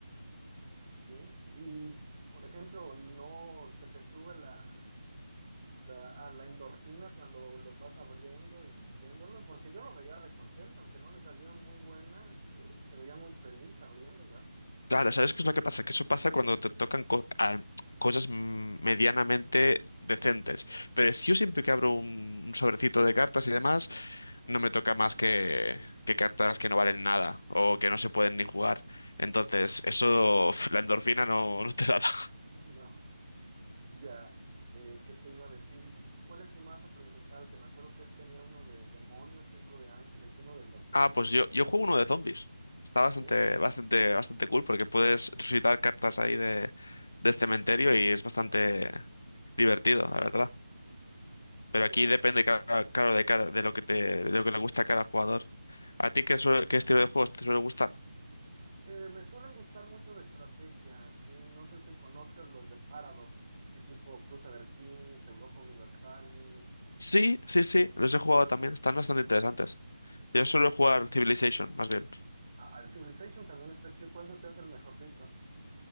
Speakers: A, on the right; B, on the left.
A: Sí, y por ejemplo, no se te sube la, la, a la endorfina cuando los vas abriendo y viéndolos, porque yo lo veía recontento, aunque no le salieron muy buenas, eh, se veía muy feliz abriéndolas.
B: Claro, ¿sabes qué es lo que pasa? Que eso pasa cuando te tocan co- a- cosas mm, medianamente decentes. Pero si yo siempre que abro un, un sobrecito de cartas y demás, no me toca más que, que cartas que no valen nada o que no se pueden ni jugar. Entonces, eso, <laughs> la endorfina no, no te la <laughs> da.
A: <laughs> No. Ya, eh, ¿qué te iba a decir? ¿Y ¿Cuál es tu mazo principal? Que me acuerdo que él tenía uno de demonios y otro de ángeles y uno del Doctor
B: Ah,
A: Who.
B: pues yo, yo juego uno de zombies. Está
A: Ok,
B: bastante, bastante, bastante cool porque puedes resucitar cartas ahí de, del cementerio y es bastante divertido, la verdad. Pero
A: ya,
B: aquí depende,
A: ya.
B: ca- claro, de cada, de lo que te, de lo que le gusta a cada jugador. ¿A ti qué, suele- qué estilo de juegos te suele gustar?
A: Eh, me suelen gustar mucho de estrategia, sí. No sé si conozcas los de Paradox, así tipo Crusader Kings, Europa Universalis.
B: Sí, sí, sí, los he jugado también, están bastante interesantes.
A: Sí.
B: Yo suelo jugar Civilization, más bien.
A: Ah, el Civilization también está chido. ¿Cuál se te hace el mejorcito?